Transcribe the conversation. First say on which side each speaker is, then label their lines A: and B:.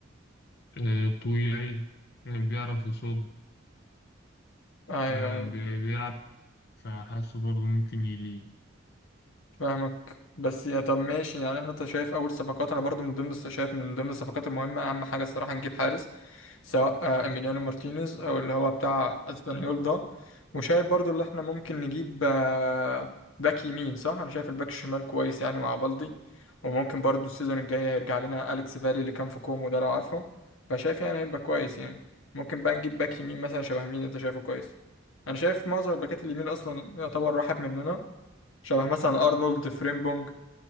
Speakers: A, on the left; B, on the left.
A: آه، طويل آه، بيعرف يصد
B: ايوه
A: آه،
B: ايوه
A: بي- بيلعب فحاسه برضو ممكن يليق
B: فاهمك بس يا طب ماشي يعني احنا انت شايف اول صفقات انا برضو من ضمن الص- شايف من ضمن الصفقات المهمه اهم حاجه الصراحه نجيب حارس سواء آه، اميليانو مارتينيز او اللي هو بتاع اسبانيول ده وشايف برضو اللي احنا ممكن نجيب آه، باك يمين صح انا شايف الباك الشمال كويس يعني مع بالدي وممكن برضو السيزون الجاي هيرجع لنا اليكس فالي اللي كان في كومو ده لو عارفه فشايف يعني هيبقى كويس يعني ممكن بقى نجيب باك يمين مثلا شبه مين انت شايفه كويس انا شايف معظم الباكات اليمين اصلا يعتبر راحت مننا شبه مثلا ارنولد فريمبونج